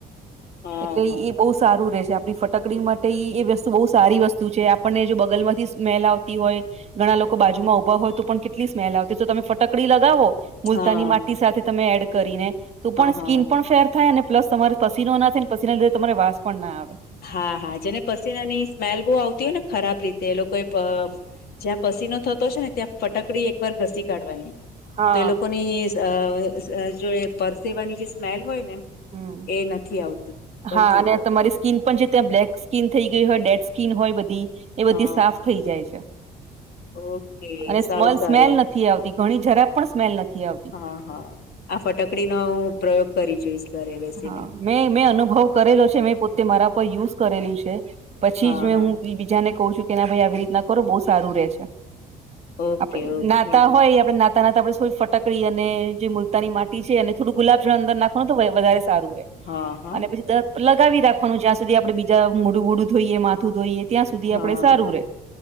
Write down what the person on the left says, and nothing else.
હા
હા હા
હા
હા
હા હા જેને પસીનાની સ્મેલ બો આવતી હોય ને ખરાબ રીતે એ લોકો એ જ્યાં પસીનો થતો છે ને ત્યાં ફટકડી એક વાર ઘસી કાઢવાની
તો એ લોકોની અ અ જે પરસેવાની જે સ્મેલ હોય ને
એ નથી આવતી બંધ
થઈ
જાય.
હા
ઓકે
સારું
સારું
હા હા આ ફટકડીનો હું પ્રયોગ કરી જોઈશ. ઘરે બેસીને
હા
હા
ઓકે
ઓકે
હા હા
હા
હા